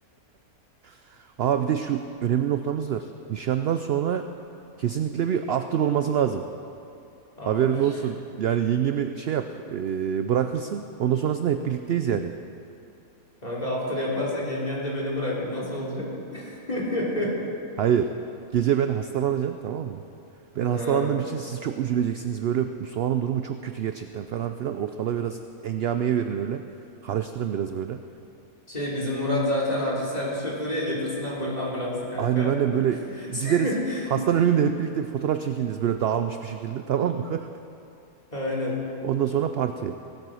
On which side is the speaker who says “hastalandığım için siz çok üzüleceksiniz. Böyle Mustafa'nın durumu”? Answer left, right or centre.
Right